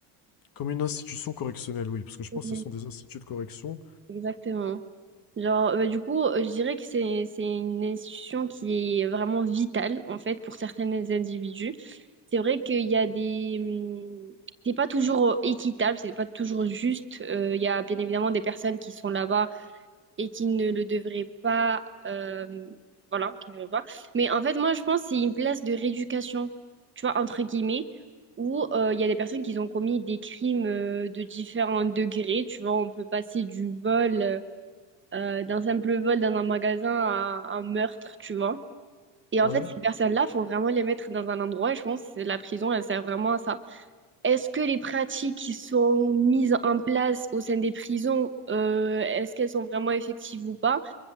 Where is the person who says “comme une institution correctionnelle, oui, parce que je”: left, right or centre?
Left